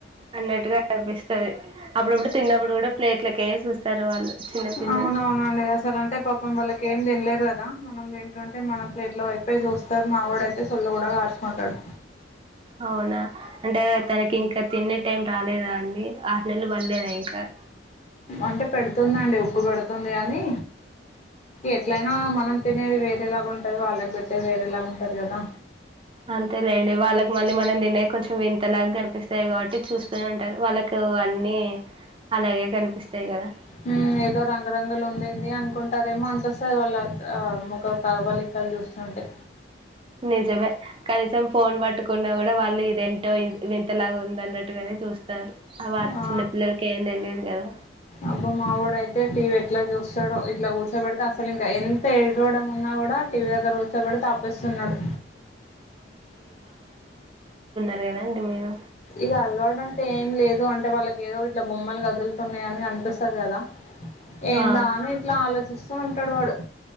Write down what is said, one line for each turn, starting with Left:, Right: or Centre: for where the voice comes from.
Right: అన్నట్టుగా అనిపిస్తది అప్పుడప్పుడు తిన్నప్పుడు కూడా ప్లేట్లకే చూస్తారు వాళ్ళు చిన్నపిల్లలు
Left: అవునవునండి అసలు అంటే పాపం వాళ్ళకి ఏం తినలేరు కదా మనం తింటుంటే మన ప్లేట్ లో పోయి చూస్తారు మావడయితే సొల్లు కూడా కార్చుకుంటాడు
Right: అవునా అంటే తనకి ఇంకా తినే టైం రాలేదా అండి ఆరు నెలలు పడ్లేదా ఇంకా అ
Left: అంటే పెడుతుందండి ఉగ్గు పెడుతుంది కాని ఎట్లయినా మనం తినేది వేరేలాగా ఉంటది వాళ్ళకి పెట్టేది వేరేలాగా ఉంటది కదా
Right: అంతేలేండి వాళ్ళకి మళ్ళీ మనం తినే కొంచెం వింతలాగా కనిపిస్తాయి కాబట్టి చూస్తూనే ఉంటారు వాళ్ళకి కు అన్ని అలాగే కనిపిస్తాయి కదా
Left: మ్ ఏదో రంగరంగులు ఉందెంది అనుకుంటారేమో అనిపిస్తది వాళ్ళ ఆ ముఖ కాబలికలు చూస్తుంటె
Right: నిజమే కనీసం ఫోన్ పట్టుకున్నా కూడా వాళ్ళు ఇదేంటో వింతలాగా ఉందన్నట్టుగానే చూస్తారు అ వ
Left: ఆ
Right: చిన్న పిల్లలకి ఏం తెలిదు కదా
Left: అబ్బ మావోడయితే టీవీ ఎట్లా చూస్తాడో ఇట్లా కూల్చోబెడితే అసలు ఇంకా ఎంత ఎడ్ డవడం ఉన్నా కూడా టీవీ దగ్గర కూర్చోబెటితే ఆపేస్తున్నాడు
Right: లేదండి మీరు
Left: ఇగ అలవాట్ అంటు ఏం లేదు అంటే వాళ్ళకి ఏదో ఇట్లా బొమ్మలు కదులుతున్నాయి అని అనిపిస్తది కదా ఏందా
Right: ఆ
Left: అని ఇట్లా ఆలోచిస్తూ ఉంటాడు వాడు